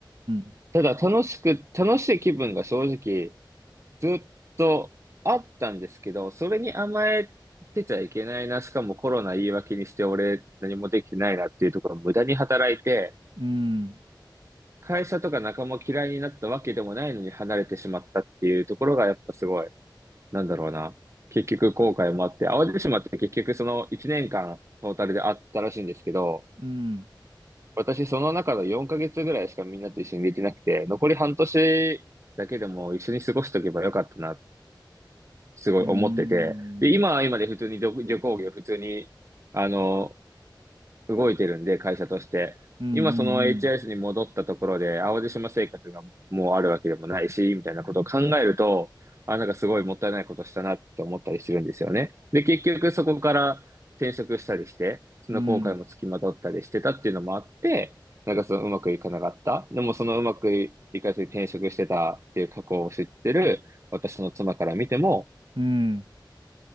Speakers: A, on the right (about 80°); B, on the right (about 35°).
A: ん、
B: ただ楽しく、楽しい気分が正直、ずっとあったんですけど、それに甘えてちゃいけないな、しかもコロナ言い訳にして俺何もできてないなっていうところを無駄に働いて、
A: うん、うん、うん、うん、うん、
B: 会社とか仲間嫌いになったわけでもないのに離れてしまったっていうところがやっぱすごい、なんだろうな。結局後悔もあって、淡路島って結局その1年間トータルであったらしいんですけど、
A: うん。
B: 私その中の4ヶ月ぐらいしかみんなと一緒にできなくて、残り半年だけでも一緒に過ごしとけばよかったなすごい思ってて、
A: うーん。
B: で、今は今で普通に旅、旅行業普通に、あの、動いてるんで、会社として。
A: うんう
B: 今その HIS
A: ん
B: に戻ったところで、淡路島生活がもうあるわけでもないし、みたいなことを考えると、あ、なんかすごいもったいないことしたなって思ったりするんですよね。で、結局そこから転職したりして、その後悔も付きまとったりしてたっていうのもあって、
A: うん。
B: なんかそのうまくいかなかった。でもそのうまくいかずに転職してたっていう過去を知ってる私の妻から見ても、
A: うん。